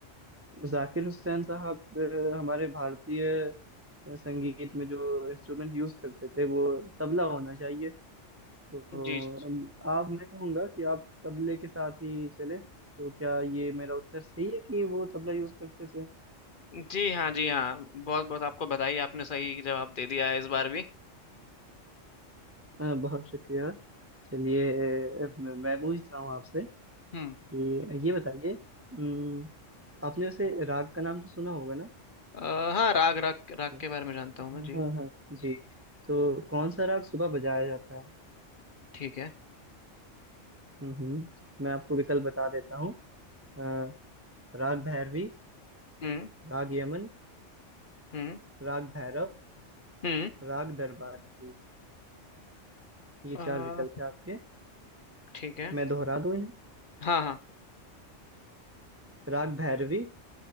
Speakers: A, on the right; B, on the left.
A: जाकिर हुसैन साहब अ, हमारे भारतीय अ, संगीत में जो इंस्ट्रूमेंट यूज करते थे वो तबला होना चाहिए तो
B: जी जी
A: अम, आप मैं कहूँगा कि आप तबले के साथ ही चले तो क्या ये मेरा उत्तर सही है कि वो तबला यूज करते थे
B: जी हाँ जी हाँ बहुत बहुत आपको बधाई आपने सही जवाब दे दिया है इस बार भी
A: अ, बहुत शुक्रिया चलिए अ, मैं मैं पूछता हूँ आपसे
B: हम्म
A: कि ये बताइए अम, आपने वैसे राग का नाम तो सुना होगा
B: अ, हाँ राग राग राग
A: ना
B: के बारे में जानता हूँ
A: हाँ
B: मैं जी
A: हाँ हाँ जी तो कौन सा राग सुबह बजाया जाता है
B: ठीक है
A: हम्म हम्म, मैं आपको विकल्प बता देता हूँ अ, राग भैरवी
B: हम्म
A: राग यमन
B: हम्म
A: राग भैरव
B: हम्म
A: राग दरबारी ये
B: आ,
A: चार विकल्प है आपके
B: ठीक है
A: मैं दोहरा दूं इन्हें
B: हाँ हाँ
A: राग भैरवी